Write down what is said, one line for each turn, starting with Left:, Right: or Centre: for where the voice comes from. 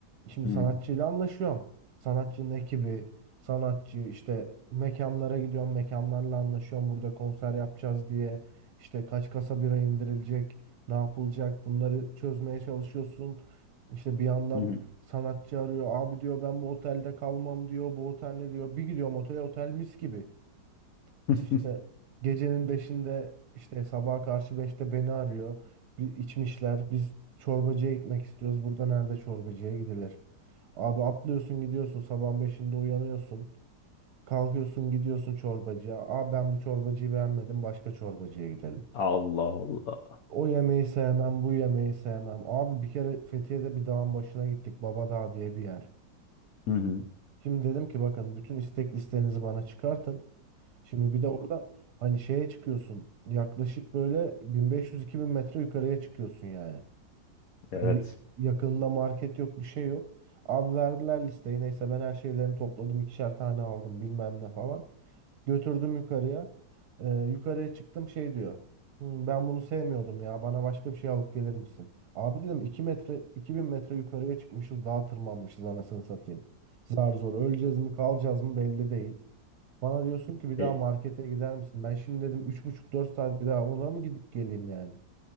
Right: Şimdi
Left: Hı hı.
Right: sanatçıyla anlaşıyorum. Sanatçının ekibi, sanatçı işte mekanlara gidiyorum, mekanlarla anlaşıyorum. Burada konser yapacağız diye işte kaç kasa bira indirilecek, ne yapılacak bunları çözmeye çalışıyorsun. İşte bir yandan
Left: Hı hı.
Right: sanatçı arıyor. Abi diyor ben bu otelde kalmam diyor. Bu otel ne diyor? Bir gidiyorum otele otel mis gibi.
Left: <laughs>
Right: İşte gecenin beşinde işte sabaha karşı beşte beni arıyor. Bir içmişler. Biz çorbacıya gitmek istiyoruz. Burada nerede çorbacıya gidilir? Abi atlıyorsun gidiyorsun sabahın beşinde uyanıyorsun. Kalkıyorsun gidiyorsun çorbacıya. Aa ben bu çorbacıyı beğenmedim başka çorbacıya gidelim.
Left: Allah Allah.
Right: O yemeği sevmem, bu yemeği sevmem. Abi bir kere Fethiye'de bir dağın başına gittik. Baba Dağı diye bir yer.
Left: Hı hı.
Right: Şimdi dedim ki bakın bütün istek listenizi bana çıkartın. Şimdi bir de orada hani şeye çıkıyorsun. Yaklaşık böyle 1500-2000 metre yukarıya çıkıyorsun yani. Hani
Left: Evet.
Right: yakınında market yok, bir şey yok. Abi verdiler listeyi. Neyse ben her şeylerini topladım. ikişer tane aldım bilmem ne falan. Götürdüm yukarıya. Ee, yukarıya çıktım şey diyor. "Hmm, ben bunu sevmiyordum ya. Bana başka bir şey alıp gelir misin? Abi dedim 2 metre 2000 metre yukarıya çıkmışız. Dağa tırmanmışız anasını satayım. Zar zor öleceğiz mi kalacağız mı belli değil. Bana diyorsun ki bir
Left: E,
Right: daha markete gider misin? Ben şimdi dedim üç buçuk dört saat bir daha ona mı gidip geleyim yani?